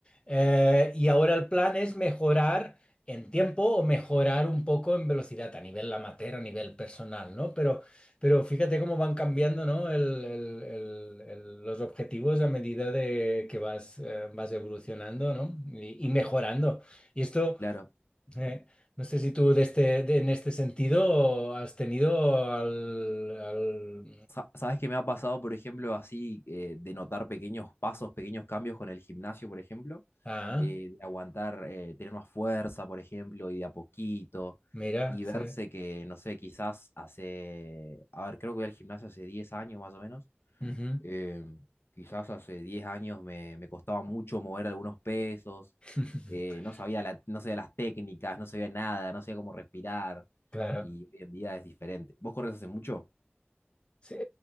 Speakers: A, on the left; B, on the left.
A: Eh, y ahora el plan es mejorar en tiempo o mejorar un poco en velocidad a nivel amateur, a nivel personal, ¿no? Pero, pero fíjate cómo van cambiando, ¿no? el- el- el- el- los objetivos a medida de que vas, eh, vas evolucionando, ¿no? y y mejorando. Y esto...
B: claro.
A: Eh, no sé si tú de este, de- en este sentido has tenido al... al-
B: Sa- Sabes que me ha pasado, por ejemplo, así eh, de notar pequeños pasos, pequeños cambios con el gimnasio, por ejemplo,
A: Ah,
B: eh, de aguantar, eh, tener más fuerza, por ejemplo, y de a poquito,
A: mira,
B: y
A: sí.
B: verse que, no sé, quizás hace, a ver, creo que voy al gimnasio hace 10 años más o menos,
A: Ujú.
B: eh, quizás hace 10 años me, me costaba mucho mover algunos pesos,
A: <laughs>
B: eh, no sabía la- no sabía las técnicas, no sabía nada, no sabía cómo respirar,
A: Claro.
B: y hoy en día es diferente. ¿Vos corres hace mucho?
A: Sí, eh,